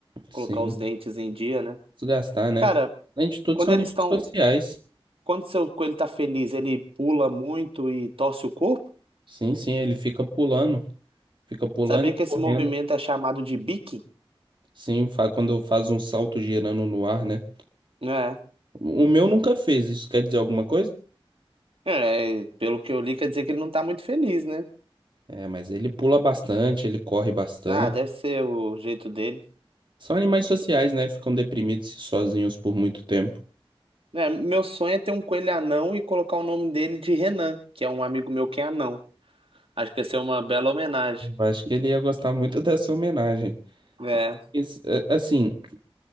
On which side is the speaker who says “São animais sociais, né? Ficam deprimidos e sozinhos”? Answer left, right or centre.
Right